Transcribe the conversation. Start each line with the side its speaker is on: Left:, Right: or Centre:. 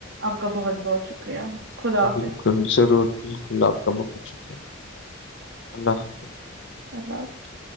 Right: آپ کا بہت بہت شکریہ خدا حافظ
Left: بالکل ضرور بالکل آپ کا بہت شکریہ اللہ حافظ
Right: اللہ حفظ